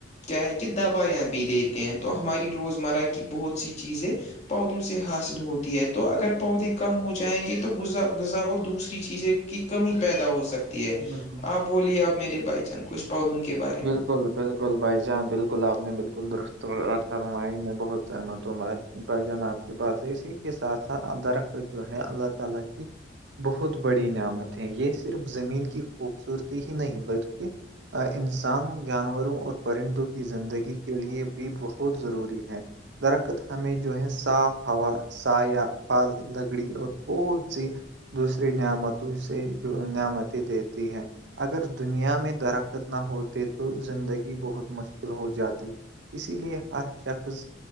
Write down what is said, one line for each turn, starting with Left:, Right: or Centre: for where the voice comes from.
Left: کیا ہے کہ دوائیاں بھی دیتے ہیں تو ہماری روزمرہ کی بہت سی چیزیں پودوں سے حاصل ہوتی ہے تو اگر پودے کم ہو جائیں گے تو غذا غذا اور دوسری چیزیں کی کمی پیدا ہو سکتی ہے
Right: بالکل
Left: آپ بولیے اب میرے بھائی جان کچ پودوم کے بارے میں
Right: بالکل بالکل بھائی جان بالکل آپ نے بالکل درستر ہی میں بہت سمت بائی جان آب کی بات ہے اسی کے ساتھ ساتھ ادرخت جو ہے اللہ تعالا کی <unintelligible> بہت بڑی نعمت ہے یہ صرف زمین کی خوبصورتی ہی نہیں بلکہ آ انس انسانوں جانوروں اور پرندوں کی زندگی کے لیے بھی بہت ضروری ہے درخت ہمیں جو ہے صاف ہوا سایہ پھل لگڑی اور بہت سی دوسری نعمتوں سے جو نعمتییں دیتی ہے اگر دنیا میں درخت نہ ہوتے تو زندگی بہت مشکل ہو جاتی اسی لیے ہر شخص